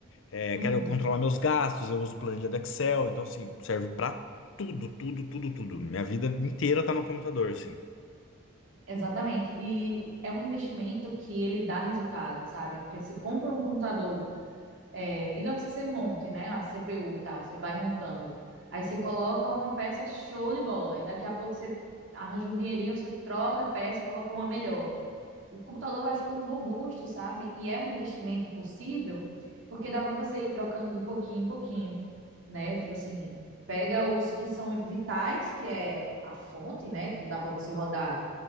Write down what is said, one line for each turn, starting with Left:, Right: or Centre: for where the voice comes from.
Left: É,
Right: uhum.
Left: quero controlar meus gastos, eu uso planilha do Excel, então assim, serve pra tudo, tudo, tudo, tudo. Minha vida inteira tá no computador, assim.
Right: Exatamente. E é um investimento que ele dá resultado, sabe? Porque você compra um computador, é, digamos que você monte, né? A CPU e tal, você vai montando. Aí você coloca uma peça show de bola, e daqui a pouco você arranja um dinheirinho, você troca a peça, coloca uma melhor. o computador vai ficando robusto, sabe? E é um investimento possível, porque dá para você ir trocando de pouquinho em pouquinho, né? Tipo assim, pega os que são vitais, que é a fonte, né? Que não dá para você rodar